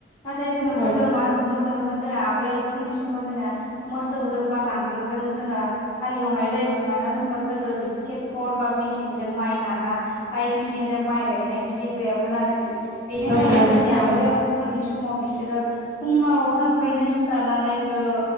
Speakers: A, on the left (about 20°); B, on the right (about 20°).
A: नाथाय जोङो
B: औ
A: गोदो मा नुनो मोनोमोन जोहो आबै आबौमोननि सम माव जोङो मोसौजों बा नांगोलजों जोङो हालेवनाय जायोमोन मानो होनबा गोदो बिदि ट्रेक्टर बा मेसिनजों माइ नाना फ्राय मेसिनजों माइ गायनाय बिदि गैयामोन आरोखि बेनिखायनो
B: औ गैयामोन
A: जोंनि
B: थारैनो
A: आबै आबौमोननि समाव बिसोरो फुङाव थाबैनो सिखारनानै ओ